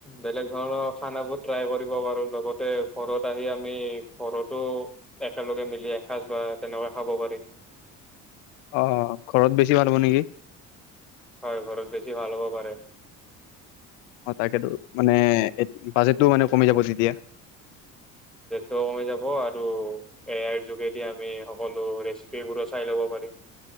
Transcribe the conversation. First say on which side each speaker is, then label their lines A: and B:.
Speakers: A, in the centre; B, on the left (about 70°).
A: বেলেগ ধৰণৰ খানাবোৰ ট্ৰাই কৰিব পাৰোঁ, লগতে ঘৰত আহি, আমি ঘৰতো একেলগে মিলি আহে সাজ বা তেনেকৈ খাব পাৰি।
B: আহ, ঘৰত বেছি ভাল হ'ব নেকি?
A: হয়, ঘৰতৰত বেছি ভালবও পাৰে।
B: তাকো মানে বাজেটটো মানে কমি যাব তেতিয়া।
A: কমি যাব আৰু এয়াই যোগেদি আমি সকলো ৰেচিপিবোৰো চাই ল'ব পাৰিম।